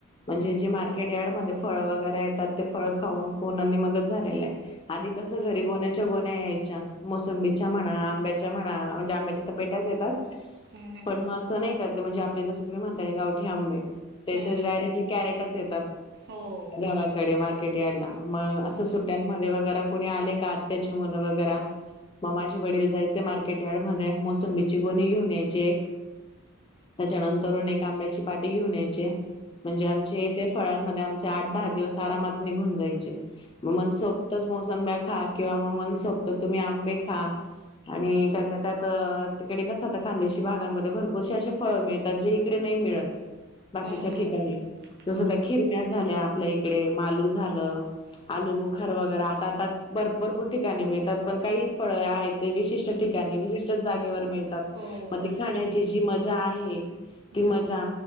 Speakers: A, on the left; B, on the right.
A: म्हणजे
B: हम्म
A: जे मार्केट यार्ड म्हण ते फळं वगैरे येतात, ते फळ खाऊन खाऊन आणि मगचं झालेलं आहे. आधी कसं
B: हम्म
A: घरी, गोण्याच्या गोण्या यायच्या, मोसंबीच्या म्हणा, आंब्याच्या त्या म्हणा, म्हणजे आंब्याच्या तर पेट्याच येतात.
B: हम्म हम्म
A: पण मग असं नाही त्यात ते म्हणजे, आपले जस तुम्ही म्हण ते गावठी आंबे. त्याचे
B: हम्म हम्म
A: डायरेक्टली कॅरेटच येतात,
B: हो
A: गावाकडे मार्क ते डॅडला मग,
B: हम्म
A: असं
B: हम्म
A: सुट्ट्यांमध्ये वगैरात कुणी आले का आत््याची मुलं वगैरे म माझ वडील जायचे मार् कट्याळमध्ये आहे मोसम बच गोणी घेऊन यायचे एक त्याच्यानंतरून एक आंब्याची पाट घेऊन यायचे म्हणजे आमचे ते फळांमध्ये आमचे आठ दहा दिवस आरामात निघून जायचे मन
B: हो हो
A: सोबतच मोसम ब किं म सोत तुम्ही आंबे खा आणि त्यात त्यात तिकडे कसं आता खानदेशी भागांमध्ये भरपूरसे असे फळं मिळतात जे इकडे नाही मिळत बाकीच्या
B: हम्म हम्म
A: ठिकाणी जस
B: हो
A: त्या खिरम्या झाल्या आपल्या इकडे मालू झालं
B: हम्म
A: आलू बुखर वगैरे आ आता भरपरपूर ठिकाणी मिळतात पण काही फळे आहेत विशिष्ट ठिकाणी विशिष्ट जा ग
B: हो बरोबर
A: खण्याची म जा आहे
B: हम्म
A: ती मजा
B: हम्म